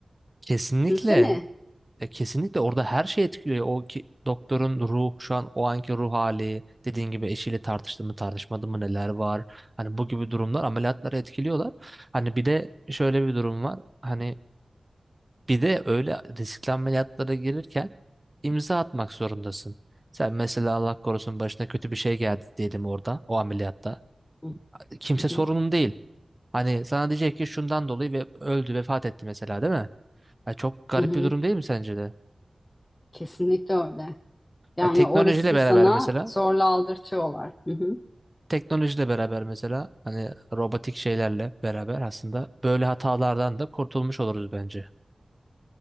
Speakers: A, on the right; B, on the left.
A: kesinlikle
B: Düşünsene.
A: E, kesinlikle orada her şey etkiliyor. O ki, doktorun ruh, şu an o anki ruh hali, dediğin gibi eşiyle tartıştı mı, tartışmadı mı, neler var. Hani bu gibi durumlar ameliyatları etkiliyorlar. Hani bir de şöyle bir durum var. Hani bir de öyle riskli ameliyatlara girirken imza atmak zorundasın. Sen mesela Allah korusun başına kötü bir şey geldi diyelim orada o ameliyatta.
B: Hı
A: Kimse sorunun
B: hı,
A: değil. Hani sana diyecek ki şundan dolayı ve öldü, vefat etti mesela değil mi? Ya çok garip
B: hı hı.
A: bir durum değil mi sence de?
B: Kesinlikle öyle. Yani
A: Ya teknolojiyle
B: o riski
A: beraber
B: sana
A: mesela
B: zorla aldırtıyorlar. Hı hı.
A: teknolojiyle beraber mesela hani robotik şeylerle beraber aslında böyle hatalardan da kurtulmuş oluruz bence.